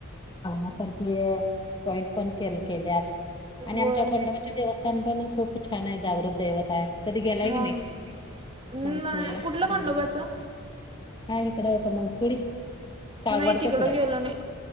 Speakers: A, on the left (about 20°); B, on the right (about 25°).
A: <unintelligible> <inaudible> पॉइंट पण केलं केल्यात, आणि
B: होय
A: आमच्या खंडोबाच्या देवस्थ <unintelligible> खूप छान आहे, जागृत दैवता आहे, कधी गेलाय
B: हा
A: की नाही?
B: नाही
A: मगंसुळीला,
B: कुठलं खंडोबाचं
A: खंडबाई, का इकड का मंगसुळी. कागवाडच्या
B: नाही तिकडं
A: पुढं
B: गेलो नाही,